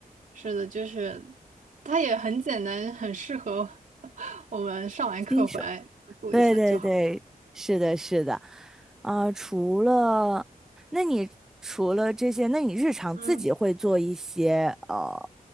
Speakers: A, on the right; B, in the centre.
A: 是的，就是它也很简单，很适合 <laughs> 我们上完课回来做一下就好。
B: 新手，对对对，是的，是的，啊、除了，那你除了这些，那你日常自己会做一些呃，
A: 嗯，